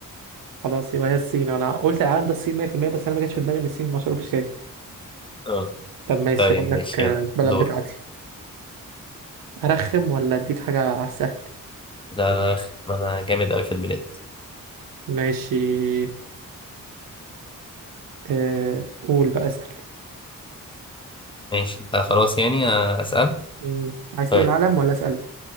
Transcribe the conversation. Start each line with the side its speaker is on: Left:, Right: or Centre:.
Right: خلاص يبقى هي الصين انا قلت العالم ده الصين 100% بس انا ما جاتش في دماغي ان الصين مشروب الشاي
Left: اه
Right: طب ماشي
Left: طيب
Right: اقول لك
Left: ماشي
Right: آه،
Left: يلا
Right: البلد
Left: دور
Right: بتاعتي ارخم ولا اديك حاجه على السهل
Left: لا لا أخي، ما انا جامد اوي في البلاد
Right: ماشي أه قول بقى اسال
Left: ماشي آه خلاص يعني آه، أسأل
Right: مم. عايز
Left: طيب
Right: تقول عالم ولا اسال